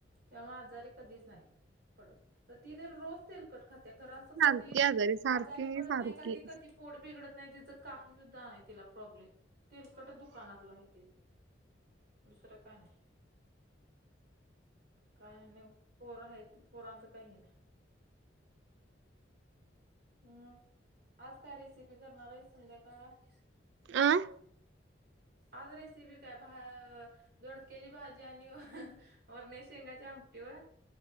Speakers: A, on the right; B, on the right.
A: तेव्हा आजारी कधीच नाही पडत तर ती जर रोज तेलकट खाते खरा- कधी
B: सारखी आजारी सारखी
A: आजारी
B: म्हणजे
A: पडत
B: सारखी
A: नाही कधी कधी, पोड बिघडत नाही, तिचं काही सुद्धा नाही तिला प्रॉब्लेम तेलकट दुकानातला आहे त- दुसरं का नाही. काय नाही नाही पोर आहेत पोरांचं काही नाही. हम्म आज काय रेसिपी करणार आहे संध्याकाळ ह-
B: अं
A: आज रेसिपी काय? भा दोडक्याची भाजी आणि वारणेच्या शेंगाच्या आमटी व-